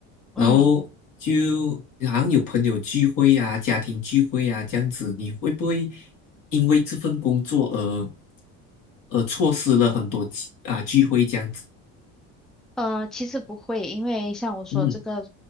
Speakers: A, on the left; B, in the centre.
A: 然后就好像有朋友聚会啊、
B: 嗯。
A: 家庭聚会啊这样子，你会不会因为这份工作而而错失了很多机啊聚会这样子？
B: 呃，其实不会，因为像我说这个，
A: 嗯。